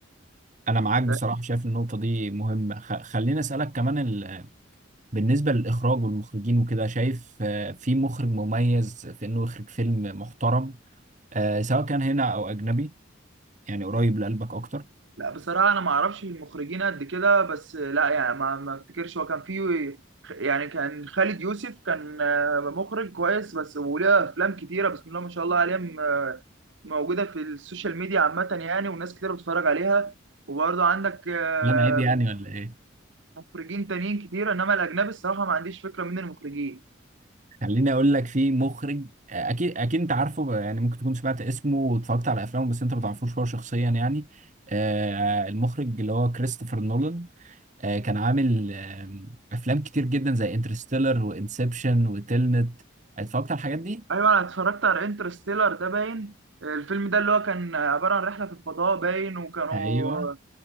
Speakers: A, on the right (about 40°); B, on the right (about 70°).
A: انا معاك بصراحه
B: ف-
A: شايف النقطه دي مهمه خ- خليني اسالك كمان بالنسبة للإخراج والمخرجين وكده شايف آه، في مخرج مميز في إنه يخرج فيلم محترم آه، سواء كان هنا أو أجنبي يعني قريب لقلبك أكتر
B: لا بصراحة انا ما اعرفش في المخرجين قد كده بس لا يعني ما ما افتكرش هو كان فيه يعني كان خالد يوسف كان آه، مخرج كويس بس وليه افلام كتيرة بسم الله ما شاء الله عليه م- موجودة في السوشيال ميديا عامة يعني وناس كتير بتتفرج عليها وبرضه عندك آه،
A: لا عيب يعني ولا إيه؟
B: مخرجين تانيين كتير انما الاجنبي الصراحه ما عنديش فكره مين المخرجين
A: خليني أقول لك في مخرج آه، أكيد أكيد أنت عارفه بقى، يعني ممكن تكون سمعت اسمه واتفرجت على أفلامه بس أنت ما تعرفوش هو شخصيا يعني آه، المخرج اللي هو كريستوفر نولان آه، كان عامل آه، أفلام كتير جدا زي انترستيلر وإنسبشن وتلنت اتفرجت على الحاجات دي؟
B: ايوه انا اتفرجت على انترستيلر ده باين الفيلم ده اللي هو كان عباره عن رحله في الفضاء باين وكانوا
A: أيوه